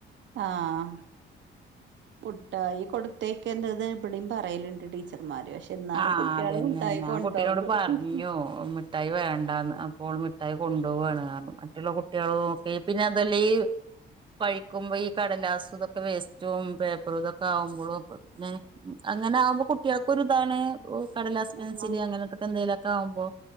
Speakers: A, on the right; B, on the right.
A: ആഹ് മുട്ടായി കൊടുത്തേക്കെര്ത് ന്ന് ഇബടിം പറേയ്ല്ണ്ട് ടീച്ചർമാര് പക്ഷെ ഇന്നാലും
B: ആ
A: കുട്ടിയാള്
B: അതന്നെ
A: മുട്ടായി
B: ഞാൻ
A: കൊണ്ടോകും.
B: കുട്ടീനോട് പറഞ്ഞു മിഠായി വേണ്ടാന്ന് അപ്പോള് മിഠായി കൊണ്ടോവാണ് അർഞ്ഞു. മറ്റുള്ള കുട്ടിയാളും ഒക്കെ ഈ പിന്നെ അതുവല്ല ഈ കഴിക്കുമ്പോ ഈ കടലാസ് ഇതൊക്കെ വേസ്റ്റും പേപ്പറും ഇതൊക്കെ ആകുമ്പളും അപ്പോ പിന്നെ അങ്ങനെ ആകുമ്പോ കുട്ടിയാക്കൊരു താണ് കടലാസ് പെൻസില്
A: ആഹ്
B: അങ്ങനത്തൊക്കെ എന്തെലൊക്കെ ആവുമ്പോ